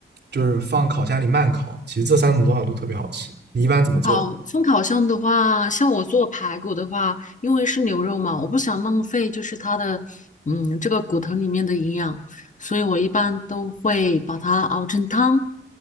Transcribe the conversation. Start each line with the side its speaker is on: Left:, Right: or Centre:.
Right: 就是放烤箱里慢烤，其实这三种做法都特别好吃。你一般怎么做？
Left: 好，风烤箱的话，像我做排骨的话，因为是牛肉嘛，我不想浪费，就是它的，嗯，这个骨头里面的营养，所以我一般都会把它熬成汤。